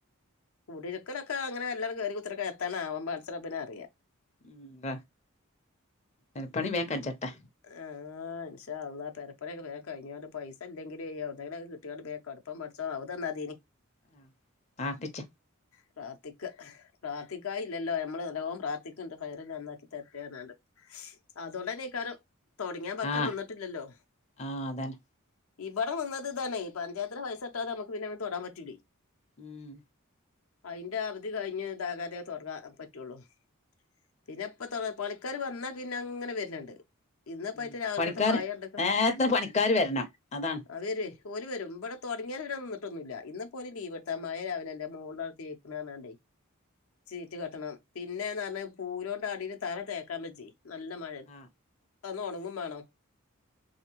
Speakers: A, on the left; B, on the left.
A: കുടിര്ക്കലൊക്ക അങ്ങനെ മെല്ലെണ് കേറി കുത്തർക്ക എത്താണാവം പട്ച്ച റബ്ബിനറിയ.
B: ഉവ പേര പണി വേം കച്ചട്ടെ
A: ആഇൻഷാ അൽഹാ പേരപണിക്കെ വെ കഴിഞ്ഞോണ്ട് പൈസ ഇല്ലെലും ഏവിടെന്നെങ്കിലൊക്കെ കിട്ടോണ്ട് വേം കടു പ്പം പഠിച്ചാ <unintelligible>
B: ആപാ പിച്ച
A: പ്രാറ തിക്കാം പ്രാർത്ഥിക്കായില്ലല്ലോ നമ്മള് നല്ലോം പ്രാർഥിക്ണ്ട് ഖൈറ് നന്നാക്കി തെര്റ്റെർഞാണ്ട്. ശ് അതൊണ്ടെന്നെയ്ക്കാരം തൊടങ്ങ്യപക്കം
B: ആഹ്
A: നിന്നിട്ടില്ലല്ലോ.
B: ആഹ് അതന്നെ
A: ഇവിടെ നിന്നത് ഇതാണ് പഞ്ചായത്തിലെ പൈസ കിട്ടാതെ നമുക്ക് പിന്നെയിമേ ത്തെടാൻ പറ്റൂലെ
B: ഉം
A: അതിന്റെ അവധി കഴിഞ് ഇതാകാതെ തുറങ്ങാൻ പറ്റുള്ളൂ പിന്നെ ഇപ്പ ത്തെ പണിക്കാർ വന്നാ പിന്നെ അങ്ങനെ വരുന്നുണ്ട് ഇന്ന്പ്പൈറ്റ
B: ഉം
A: രാവിൽക്കത്തെ
B: പണിക്കാര്
A: മയണ്ട്ക്ക
B: നേരത്തെ പണിക്കാര് വരണം അതാണ്
A: അ വരുവേ. ഓല് വരും ഇവിടെ തുടങ്ങിയര വരൻന്നിട്ടൊന്നുല്ല ഇന്ന് പോ ഓല് ലീവ്ടുത്ത മായ രാവിലല്ല ൻ്റെ മോളാണ് തേക്കണ അർഞാണ്ടേ. ചീറ്റ് കെട്ടണം പിന്നെന്നർഞ്ഞാ പൂലോണ്ടടിൽ തറ തേക്കാബജ്ജയ്. നല്ല മഴ
B: ആഹ്
A: അന്ന് ഒണങ്ങും മാണം.